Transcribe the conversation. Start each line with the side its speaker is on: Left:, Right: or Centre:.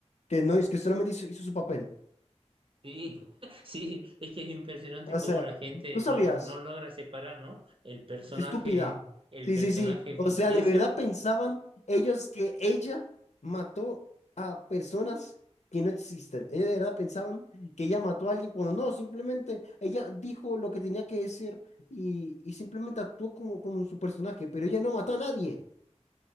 Left: que no es que solamente hizo, hizo su papel?
Right: sí, <laughs> sí, es que es impresionante
Left: O
Right: cómo
Left: sea,
Right: la gente
Left: ¿tú sabías?
Right: no, no logra separar, ¿no? El personaje,
Left: Es estúpida.
Right: el
Left: Sí,
Right: personaje
Left: sí, sí. O
Right: ficticio,
Left: sea, de verdad pensaban ellos que ella mató a personas que no existen. Ellos de verdad pensaban que ella mató a alguien cuando no, simplemente ella dijo lo que tenía que decir y, y simplemente actuó como, como su personaje, pero ella no mató a nadie.